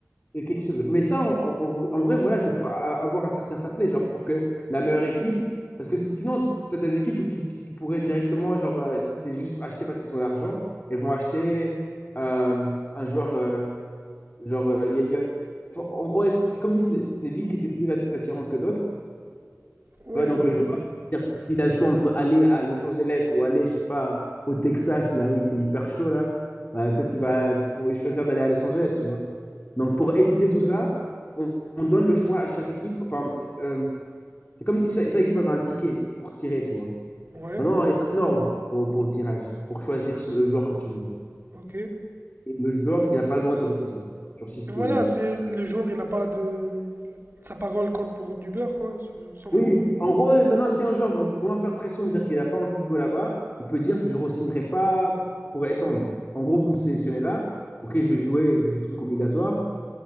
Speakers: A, on the left (about 35°); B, on the right (about 45°).
A: c'est quelque chose. Mais ça, on- on- en vrai, voilà, c'est pour a- avoir un certain fair play, genre, pour que la meilleure équipe. Parce que si- sinon, tu as des équipes qui, qui- qui pourraient directement, genre, euh, si c'était juste acheter parce qu'ils ont l'argent, et vont acheter euh, un joueur. euh, Genre, euh, il y a- il y a- enfin, en gros, ouais, c'est comme si c'était c'était des villes qui étaient plus att- attirantes que d'autres.
B: Ouais,
A: Tu vois, donc le joueur, c'est-à-dire, s'il a le choix entre aller à Los Angeles ou aller, je sais pas, au Texas, là où il fait hyper chaud, là, bah, peut-être qu'il va choisir d'aller à Los Angeles, tu vois. Donc, pour éviter tout ça, on, on donne le choix à chaque équipe. Enfin, euh, c'est comme si chaque, chaque équipe avait un ticket pour tirer, tu vois.
B: ouais,
A: Maintenant, il y a un ordre pour, pour le tirage, pour choisir le joueur que tu veux.
B: ok.
A: Et le joueur qu'il n'a pas le droit de refuser. Genre, si c'est
B: Voilà, c'est le jour, il n'a pas de. Sa parole compte pour du beurre, quoi. s- On s'en fout.
A: Oui, en gros, maintenant, si un joueur veut vraiment faire pression, dire qu'il n'a pas envie de jouer là-bas, il peut dire, je ne re pas pour étendre. En gros, vous me sélectionnez là, ok, je vais jouer le truc obligatoire,